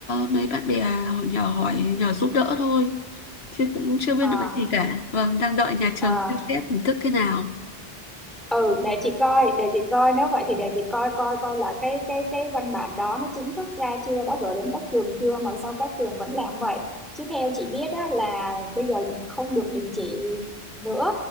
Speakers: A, on the left; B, in the centre.
A: mấy bạn bè họ nhờ hỏi nhờ giúp đỡ thôi chứ cũng chưa biết
B: à
A: được cái gì cả vâng đang đợi nhà trường
B: à
A: xem xét hình thức thế nào
B: ừ để chị coi để chị coi nếu vậy thì để chị coi coi coi là cái cái cái văn bản đó nó chính thức ra chưa đã gửi đến các trường chưa mà sao các trường vẫn làm vậy chứ theo chị biết á, là bây giờ mình không được đình chỉ nữa